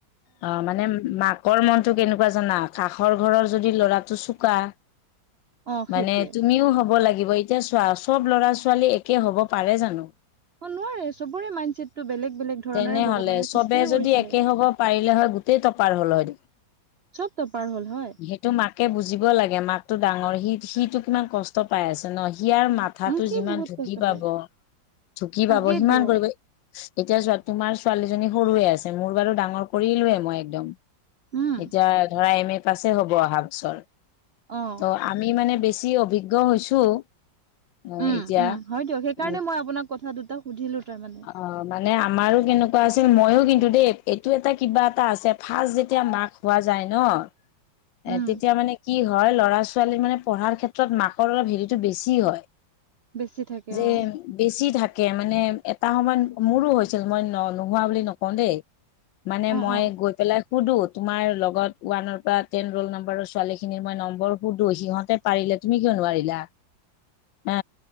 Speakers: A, on the left (about 75°); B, on the right (about 65°).
A: অ মানে মাক কৰ মনটো কেনেকুৱা জানা, কাষৰ ঘৰৰ যদি ল'ৰাটো চোকা
B: অ সেইটোৱে
A: মানে তুমিও হ'ব লাগিব, এতিয়া চোৱা চব ল'ৰা- ছোৱালী একে হব পাৰে জানো?
B: অ নোৱাৰে চবৰে মাইণ্ডছেটটো বেলেগ বেলেগ ধৰণৰে
A: তেনেহলে
B: ভগৱানে সৃষ্টিয়ে
A: চবে
B: কৰিছে
A: যদি একে হব পাৰিলে হয় গোটেই টপাৰ হ'ল হয়।
B: চব টপাৰ হ'ল হয়
A: সেইটো মাক কে বুজিব লাগে, মাকটো ডাঙৰ সি সিটো কিমান কষ্ট পাই আছে ন ইয়াৰ মাথাটো
B: উম সি
A: যিমান
B: বহুত
A: ঢুকি
B: কষ্ট
A: পাব
B: পায়
A: ঢুকি পাব
B: তাকেইতো
A: সিমান কৰিব। এতিয়া যোৱা তোমাৰ ছোৱালী জনী সৰুৱে আছে, মোৰ বাৰু ডাঙৰ কৰিলোৱে মই একদম,
B: উম
A: এতিয়া ধৰা এম এ পাছে হব অহা বছৰ,
B: অ
A: ত' আমি মানে বেছি অভিজ্ঞ হৈছো অ
B: উম
A: এতিয়া
B: উম হয় দিয়ক সেইকাৰণে
A: উম
B: মই আপোনাক কথা দুটা সুধিলো তাৰমানে
A: অ মানে আ আমাৰো কেনেকুৱা আছিল মইয়ো কিন্তু দে এইটো এটা কিবা এটা আছে ফাৰ্ষ্ট যেতিয়া মাক হোৱা যায় ন অ এ
B: উম
A: তেতিয়া মানে কি হয় ল'ৰা -ছোৱালীৰ মানে পঢ়াৰ ক্ষেত্ৰত মাকৰ লৰা হেৰিটো বেছি হয়।
B: বেছি থাকে
A: যে
B: অ
A: বেছি ধাক কে মানে এটা সময়ত মোৰো হৈছিল, মই ন নোহোৱা বুলি নকওঁ দেই। মানে
B: অ
A: মই
B: অ
A: গৈ পেলাই সুধো তোমাৰ লগত ওৱানৰ পৰা টেন ৰোল নাম্বাৰৰ ছোৱালীখিনিৰ মই নম্বৰ সুধো সিহঁতে পাৰিলো তুমি কিয় নোৱাৰিলা?
B: <unintelligible>
A: হে,